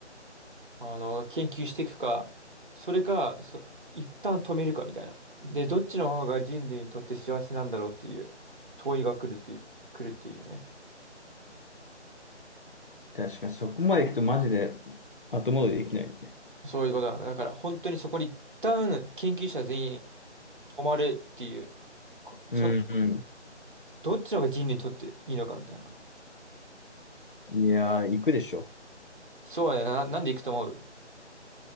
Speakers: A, on the right; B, on the left.
A: あの研究していくか、それか、そ、一旦止めるかみたいな。で、どっちの方が人類にとって幸せなんだろうっていう問いが来るっていう、来るっていうね。
B: 確かに、そこまで行くとマジで後戻りできないね。
A: そういうことなだ。だから本当にそこに一旦研究者全員止まるっていう、こちょ、
B: うん
A: どっちの方が人類にとっていいのかみたいな。
B: うん。いやー、行くでしょ。
A: そうだよな。なんで行くと思う